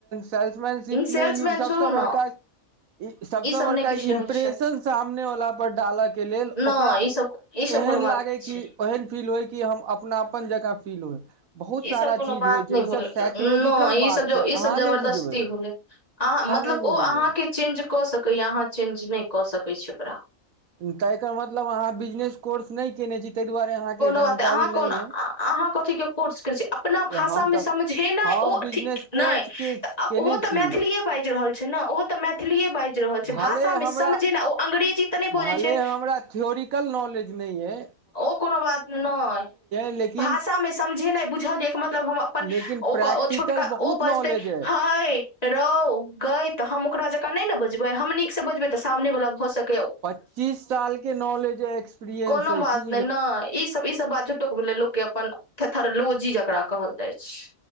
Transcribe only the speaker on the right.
सेल्समनशिप
मे ई सबस
बड़का ई सबस
बड़का
इम्प्रेशन
सामने वला पर डालऽ के लेल
ओकरा
एहन
लागे
कि
ओहन फील होइ कि हम अपनापन जकाँ फील होय बहुत
सारा
चीज
होइ
छै ई
सब साइकोलॉजिकल
बात
छै अहाँ
नहि बुझबै
नहि बुझबै
त एकर मतलब अहाँ बिजनेस कोर्स नहि केने छी ताहि दुआरे अहाँके
जानकारी
नहि
अइ
हम तऽ
हम
बिजनेस
कोर्स के केने
छी
भले
हमरा
भले
हमरा थियोरिकल नॉलेज नहि ये
लेकिन
लेकिन प्रैक्टिकल बहुत
नॉलेज अइ
पच्चीस साल के नॉलेज एक्सपीरियंस
है
क